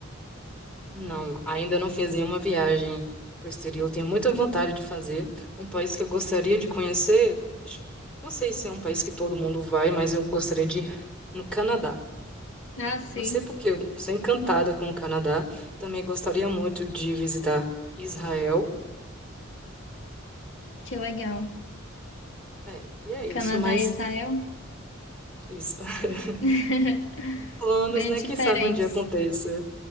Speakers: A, in the centre; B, on the left.
A: Não, ainda não fiz nenhuma viagem para o exterior. Tenho muita vontade de fazer. Um país que eu gostaria de conhecer, acho- não sei se é um país que todo mundo vai, mas eu gostaria de ir no Canadá.
B: Ah, sim.
A: Não sei porque eu sou encantada com o Canadá. Também gostaria muito de visitar Israel.
B: Que legal.
A: É, e é isso,
B: Canadá
A: mas
B: e Israel?
A: isso. <laughs>
B: <laughs>
A: Planos,
B: Bem
A: né?
B: diferentes.
A: Quem sabe um dia aconteça.